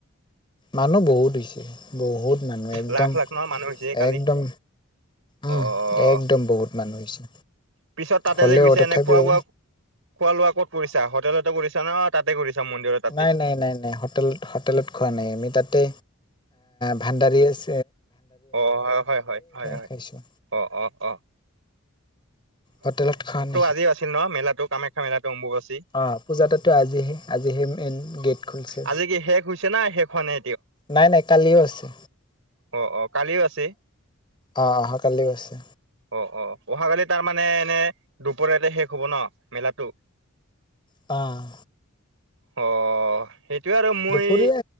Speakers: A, on the left; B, on the right.
A: মানুহ বহুত হৈছে বহুত মানুহ একদম-একদম
B: লাখ লাখ ন মানুহ হৈছে কালি?
A: উম,
B: অ' অ' অ
A: একদম বহুত মানুহ হৈছে।
B: পিছত তাতে
A: হ'লেও
B: যে গুৰিছে
A: তথাপিও
B: এনে খোৱা বোৱা খোৱা লোৱা ক'ত কৰিছা হোটেলতে কৰিছা ন তাতে কৰিছা। মন্দিৰৰ তাতে?
A: নাই-নাই-নাই-নাই হেল হোটেলত খোৱা নাই আমি তাতে ভাণ্ডাৰী আছ
B: অ' হয়-হয়-হয়-হয়-হয়,
A: খাইছোঁ
B: অ-অ-অ,
A: হোটেলত খাৱা নাই
B: আজিও আছিল ন? মেলাটো কামাখ্যা মেলাটো অম্বুবাচী।
A: অহ পূজাতো আজিহে আজি যি হেই মেইন গেট খুলিছে
B: আজি কি শেষ হৈছে না শেষ হোৱা নাই
A: নাই-নাই কালিও আছে।
B: অ-অ কালিও আছে।
A: আহ-আহ কালিও আছে।
B: অ-অ অহাকালি তাৰ মানে এনে দুপৰীয়াতে শেষ হ'ব ন মেলাটো।
A: অ',
B: অ' সেইটোৱে আৰু মই
A: দুপৰীয়া